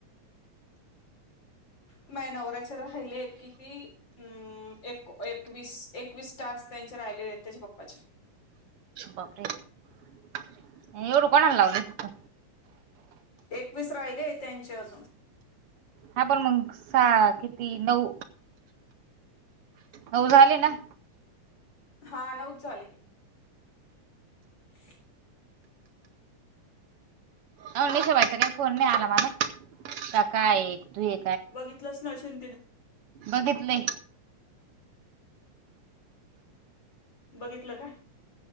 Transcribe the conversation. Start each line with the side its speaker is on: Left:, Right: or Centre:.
Left: म नवऱ्याच्या राहिले कि ती हम्म एक एकवीस एकवीस टाास त्यांचे राहिलेले आहेत त्याच्या पप्पाचे
Right: बापरे एवढं कोणाला लावले तु
Left: एकवीस राहिलेय त्यांचे अजून
Right: हा पण मग सा किती नऊ हो झाले ना
Left: हा नऊच चाले <inaudible>
Right: हो निशेवायचा काही फोन नाही आला मला का काय तू हे
Left: बघितलंच ना अशिल तिने
Right: बघितले
Left: बघितलं का